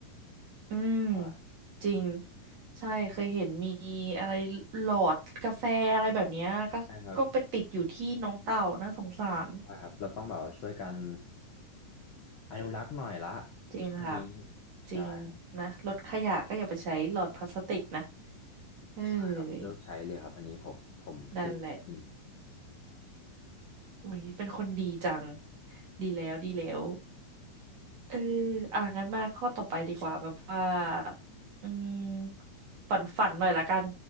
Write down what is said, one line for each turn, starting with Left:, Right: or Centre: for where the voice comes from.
Right: อืม
Left: อ่า
Right: จริงใช่เคยเห็นมีอะไรหลอดกาแฟอะไรแบบเนี้ยก็ก็ไปติดอยู่ที่น้องเต่าน่าสงสาร
Left: ใช่ครับใช่ครับเราต้องแบบว่าช่วยกันอนุรักษ์หน่อยละ
Right: จริงค่ะ
Left: ช่วงนี้
Right: จริง
Left: ใช่ครับ
Right: นะรถขยะก็อย่าไปใช้หลอดพลาสติกนะเอ้
Left: ใช่ครับเลิกใช้เลยครับอันนี้ผมผมซิกจริง
Right: ยนั่นแหละอุ้ยเป็นคนดีจังดีแล้วดีแล้วเอออ่ะงั้นมาข้อต่อไปดีกว่าแบบว่าอืมฝันฝันหน่อยละกัน